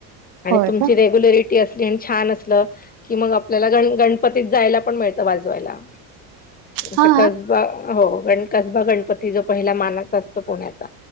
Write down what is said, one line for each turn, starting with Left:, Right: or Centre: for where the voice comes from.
Left: आणि
Right: होय
Left: तुमची
Right: का
Left: रेग्युलरिटी असली आणि छान असलं. कि मग आपल्याला गण गणपतीत जायला पण मिळतं वाजवायला. आता
Right: हा
Left: कसबा हो गण, कसबा गणपती जो पहिला मानाचा असतो पुण्याचा